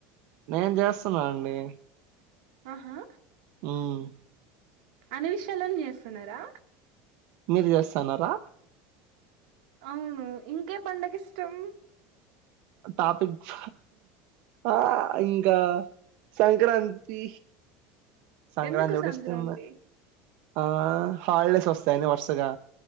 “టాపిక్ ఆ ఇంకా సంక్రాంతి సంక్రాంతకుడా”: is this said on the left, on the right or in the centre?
Right